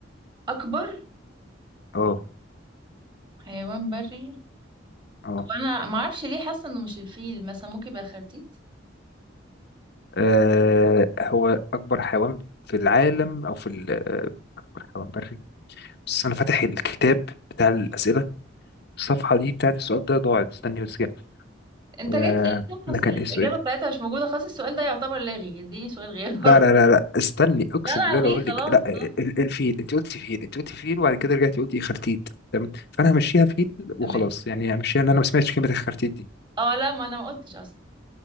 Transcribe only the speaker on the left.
أه
أه
آه، هو أكبر حيوان في العالم أو في ال- آه، أكبر حيوان بري بس أنا فاتح الكتاب بتاع الأسئلة الصفحة دي بتاعت السؤال ده ضاعت استني بس كده
آه،
ده كان
إيه السؤال؟
لا
لا لا لا استني اقسم
بالله
لو اقول
لك لا
ال- الفيل انت قلت فيل انت قلت فيل وبعد كده رجعتي قلتي خرتيت تمام فانا همشيها فيل وخلاص
يعني همشيها ان انا ما سمعتش كلمه الخرتيت دي